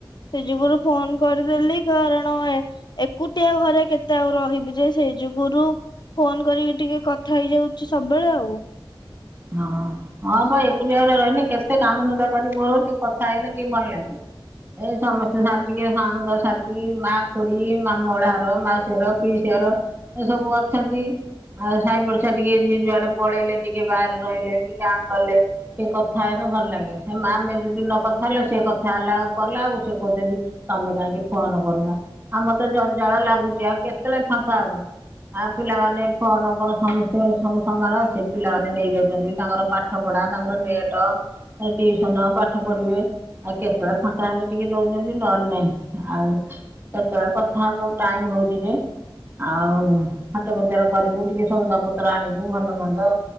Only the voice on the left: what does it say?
ସେ ଯୁଗରୁ ଫୋନ କରିଦେଲି କାରଣ ଏ ଏକୁଟିଆ ଘରେ କେତେ ଆଉ ରହିବି ଯେ ସେଇ ଯୁଗୁରୁ ଫୋନ କରିକି ଟିକେ କଥା ହେଇଯାଉଛି ସବୁବେଳେ ଆଉ।